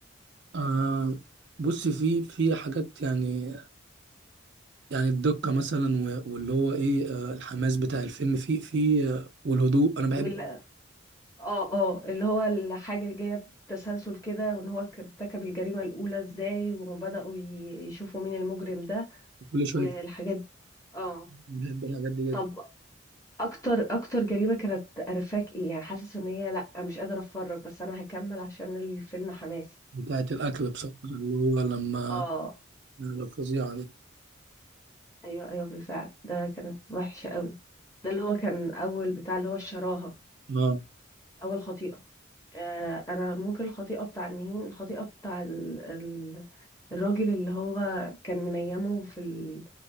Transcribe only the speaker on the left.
ولا اه اه اللي هو الحاجه جايه بتسلسل كده وان هو كان ارتكب الجريمه الاولى ازاي وبداوا ي- يشوفوا مين المجرم ده
والحاجات دي اه
طب اكتر اكتر جريمه كانت قرفاك ايه يعني حاسس ان هي لا مش قادره اتفرج بس انا هكمل عشان الفيلم حماسي
اه
ايوه ايوه بالفعل ده كانت وحشه قوي ده اللي هو كان اول بتاع اللي هو الشراهه
اول خطيئه آه، انا ممكن الخطيئه بتاع النهين الخطيئه بتاع ال... ال... الراجل اللي هو كان منيمه في ال...